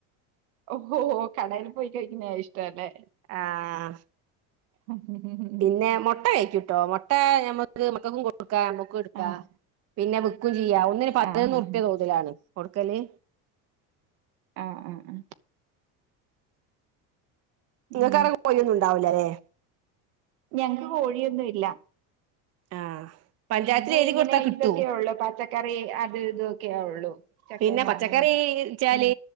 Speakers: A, on the right (about 85°); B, on the right (about 40°).
A: ഓ ഓഹൊ കടെയില് പോയി കഴിക്കുന്നത ഇഷ്ട്ടം അല്ലേ
B: ആഹ്
A: ഉം ഉം ഉം ഉം <unintelligible>
B: പിന്നെ മൊട്ട കയിക്കൂട്ടോ മൊട്ടേ ഞമ്മക്ക് മക്കക്കും കൊടുക്കാം നമ്മക്കും എട്ക്കാം
A: ആഹ്
B: പിന്നെ വി - വിക്കുയോം ചെയ്യാം ഒന്നിന് പതിനൊന്ന്
A: ആഹ്
B: റുപ്യ തോതിലാണ് കൊട്ക്കല്
A: ആഹ് ആഹ് ആഹ്
B: നിങ്ങക്ക്
A: ഉം
B: അവിടെ കോയി ഒന്നും ഒണ്ടാവില്ലാ അല്ലേ
A: ഞങ്ങക്ക് കോഴിയൊന്നും ഇല്ലാ
B: ആഹ് പഞ്ചായത്തിൽ
A: പിന്നെ
B: എഴുതി
A: ഇങ്ങനെ
B: കൊടുത്താ കിട്ടോ
A: ഇതൊക്കെ ഉള്ളു പച്ചക്കറി അത് ഇതൊക്കെയ ഉള്ളു ചക്കയും
B: പിന്നെ
A: മാങ്ങയും
B: പച്ചക്കറി വെച്ചാല്
A: പിന്നെ